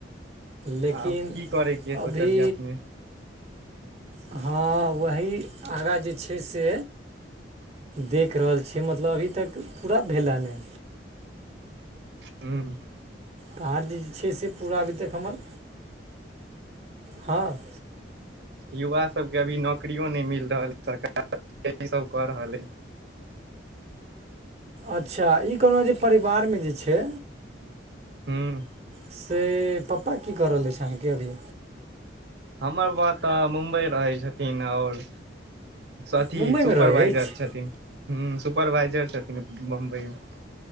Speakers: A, on the right; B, on the right.
A: लेकिन
B: आब की करयके सोचलियै
A: अभी
B: अपने
A: हँ, वही आगाँ जे छै से देख रहल छियै, मतलब अभी तक पूरा भेलै है।
B: ह्म।
A: तऽ जे जे छै से, पूरा अभी तक हमर हँ।
B: युवा सबके अभी नौकरियो नहि मिल रहल, सरकार कि सब कऽ रहल हइ।
A: अच्छा! ई कहलहुँ हँ जे परिवारमे जे छै।
B: हँ।
A: से पप्पा की क रहल अछि छै, अहाँके अभी?
B: हमर बाबा तऽ मुम्बइ रहै छथिन, आओर अथी
A: मुम्बइमे
B: सुपरवाइजर
A: रहै अछि
B: छथिन, ह सुपरवाइजर छथिन बम्बई मे।